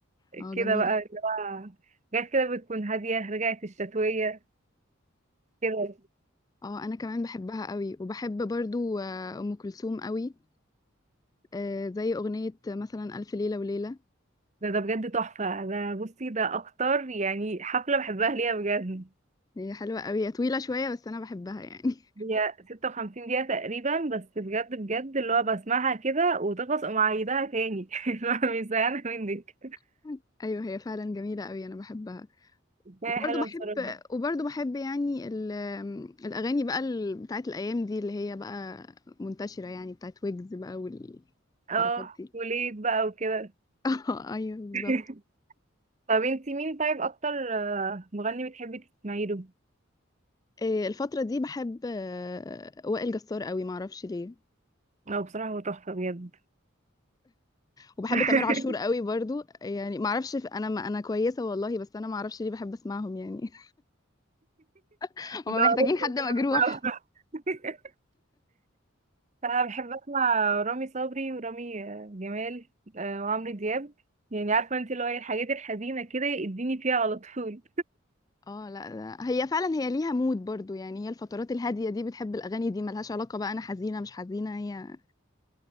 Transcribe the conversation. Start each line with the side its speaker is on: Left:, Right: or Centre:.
Left: اه
Right: كده
Left: جميلة
Right: بقى اللي هو حاجات كده بتكون هاديه رجعت الشتويه كده
Left: اه انا كمان بحبها قوي وبحب برضو آه ام كلثوم قوي آه زي اغنية مثلا الف ليلة وليلة
Right: ده ده بجد تحفه ده بصي ده اكتر يعني حفله بحبها ليها بجد
Left: هي حلوة قوي هي طويلة شوية بس انا بحبها يعني
Right: هي 56 دقيقة تقريبا بس بجد بجد اللي هو بسمعها كده وتخلص أقوم عيدها تاني <laughs> اللي هو مش زهقانة منك
Left: <laughs> ايوه هي فعلا جميلة قوي انا بحبها
Right: هي
Left: وبرضه
Right: حلوة
Left: بحب
Right: بصراحة
Left: وبرضه بحب يعني ال- الأغاني بقى ال- بتاعت الأيام دي اللي هي بقى منتشرة يعني بتاعت ويجز بقى والحركات
Right: اه
Left: دي
Right: وليد بقى وكده
Left: <laughs> اه ايوه بالظبط
Right: <laughs> طب انتي مين طيب أكتر آه، مغني بتحبي تسمعي له؟
Left: إيه، الفترة دي بحب آه، وائل جسار قوي معرفش ليه
Right: هو بصراحة هو تحفة بجد
Left: وبحب
Right: <laughs>
Left: تامر عاشور قوي برضو يعني معرفش ف- انا ما انا كويسة والله بس انا معرفش ليه بحب اسمعهم يعني <laughs>
Right: بعرف
Left: هما محتاجين حد
Right: إن
Left: مجروح
Right: أنا بسمعه. <laughs> أنا بحب أسمع رامي صبري ورامي آه، جمال آه، وعمرو دياب يعني عارفة انتي اللي هو إيه، الحاجات الحزينة كده يديني فيها على طول
Left: اه لا لا هي فعلا هي ليها مود برضو يعني هي الفترات الهادية دي بتحب الأغاني دي ملهاش علاقة بقى أنا حزينة مش حزينة هي